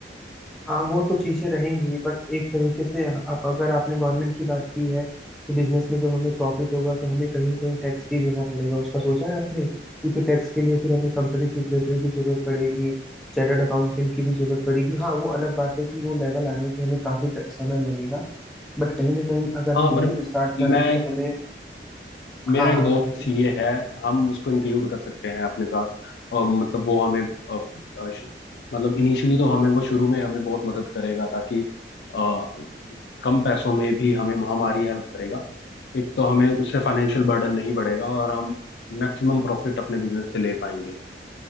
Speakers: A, in the centre; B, on the left.
A: हाँ वो तो चीजें रहेंगी बट एक तरीके से आप अगर आपने गवर्नमेंट की बात की है तो बिजनेस में जब हमें प्रॉफिट होगा तो हमें कहीं ना कहीं टैक्स भी देना पड़ेगा उसका सोचा है आपने क्योंकि टैक्स के लिए फिर हमें कंपनी सेक्रेटरी की जरूरत पड़ेगी चार्टर्ड अकाउंटेंट की भी जरूरत पड़ेगी हाँ वो अलग बात है कि वो लेवल आने पे हमें काफी ट- समय लगेगा बट कहीं ना कहीं अगर
B: हाँ
A: हम बिजनेस
B: पर
A: स्टार्ट कर
B: मैं
A: रहे हैं तो
B: एक
A: हमें
B: मेरा
A: हाँ हाँ
B: एक दोस्त
A: बताइए
B: सीए है हम उसको इंक्लूड कर सकते हैं अपने साथ और मतलब वो हमें अ, अ, श- मतलब इनिशियली तो हमें वो शुरू में हमें बहुत मदद करेगा ताकि अ, कम पैसों में भी हमें हमारी हेल्प करेगा एक तो हमें उससे फाइनेंशियल बर्डन नहीं बढ़ेगा और हम मैक्सिमम प्रॉफिट अपने बिजनेस से ले पाएंगे